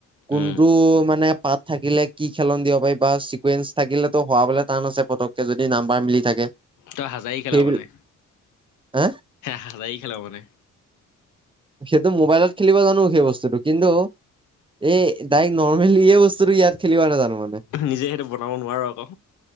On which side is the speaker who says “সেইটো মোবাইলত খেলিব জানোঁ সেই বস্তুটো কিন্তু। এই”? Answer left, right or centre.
Right